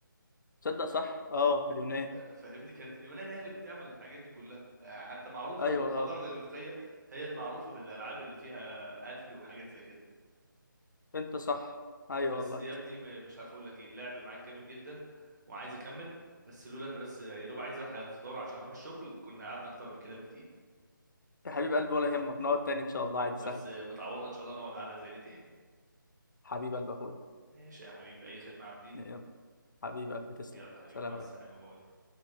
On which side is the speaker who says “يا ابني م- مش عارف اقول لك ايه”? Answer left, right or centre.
Right